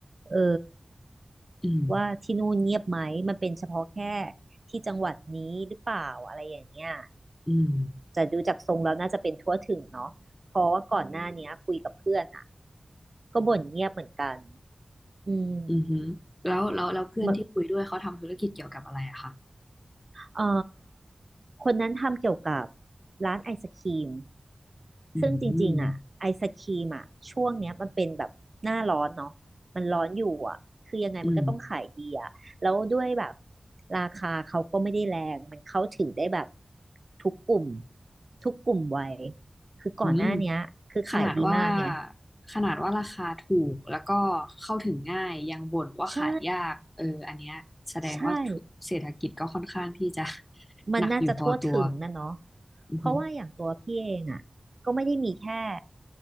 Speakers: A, on the right (about 50°); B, on the left (about 15°).
A: เออ
B: อืม
A: ว่าที่นู่นเงียบไหมมันเป็นเฉพาะแค่ที่จังหวัดนี้หรือเปล่าอะไรอย่างเงี้ย
B: อืม
A: แต่ดูจากทรงแล้วน่าจะเป็นทั่วถึงเนาะเพราะว่าก่อนหน้าเนี้ยคุยกับเพื่อนอ่ะก็บ่นเงียบเหมือนกันอืม
B: อือหือแล้วแล้วแล้วเพื่อนที่คุยด้วยเขาทำธุรกิจเกี่ยวกับอะไรอะคะ
A: มันเอ่อคนนั้นทำเกี่ยวกับร้านไอศกรีม
B: อืม
A: ซึ่งจริงๆอ่ะไอศครีมอ่ะช่วงเนี้ยมันเป็นแบบหน้าร้อนเนาะมันร้อนอยู่อ่ะคือยังไงมันก็ต้องขายดีอ่ะแล้วด้วยแบบ
B: อืม
A: ราคาเขาก็ไม่ได้แรงมันเข้าถึงได้แบบทุกกลุ่มทุกกลุ่มวัยคือก่อนหน้าเนี้ยคือขายดีมากไง
B: อืมขนาดว่าขนาดว่าราคาถูกแล้วก็เข้าถึงง่ายยังบ่นว่าขายยากเอออันเนี้ยแสดงว่า
A: ใช่ใช่
B: เศรษฐกิจก็ค่อนข้างที่จะ <laughs>
A: มันน่าจะทั่วถึงนะเนาะ
B: หนักอยู่พอตัว อือหือ
A: เพราะว่าอย่างตัวพี่เองอ่ะก็ไม่ได้มีแค่